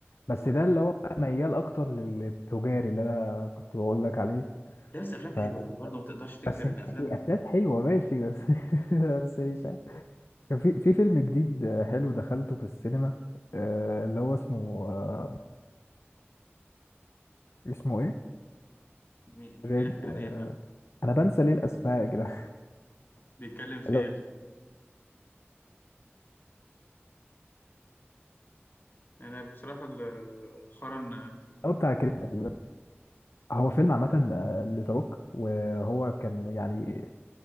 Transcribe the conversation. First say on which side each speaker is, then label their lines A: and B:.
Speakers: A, on the left (about 75°); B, on the left (about 50°).
A: بس
B: وده
A: ده اللي هو بقى ميال اكتر للتجاري اللي انا كنت بقول لك عليه
B: بس افلام
A: ف...
B: حلوه يعني برضه ما تقدرش تنكر
A: بس
B: ان
A: هي
B: افلام
A: افلام حلوه ماشي بس <laughs> بس مش عارف. كان في في فيلم جديد آه، حلو دخلته في السينما آه، اللي هو اسمه آه، اسمه ايه
B: مي-
A: ريد
B: بيحكي
A: آه،
B: عن ايه طيب
A: انا بنسى ليه الاسماء يا جدعان
B: بيتكلم في
A: <laughs> اللي
B: ايه الفيلم انا بصراحه ال- مؤخرا
A: هو بتاع كريم تقريبا هو فيلم عامه آه، لذا روك وهو كان يعني